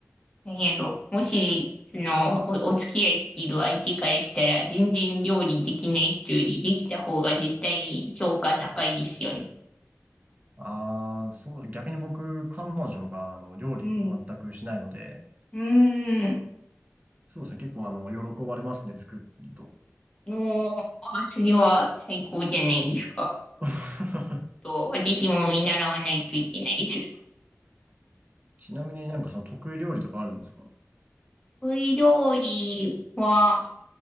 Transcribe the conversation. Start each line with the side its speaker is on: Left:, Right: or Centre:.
Left: 何やろ。もし、その、お、お付き合いしている相手からしたら、全然料理できない人よりできた方が絶対評価高いですよね。
Right: ああ、そう、逆に僕、彼女があの料理全くしないので、
Left: うん。うーん。
Right: そうですね。結構あの、喜ばれますね、作ると。
Left: もう、あ、それは最高じゃないですか。
Right: <laughs>
Left: と、私も見習わないといけないです。
Right: ちなみになんかその得意料理とかあるんですか
Left: 得意料理は、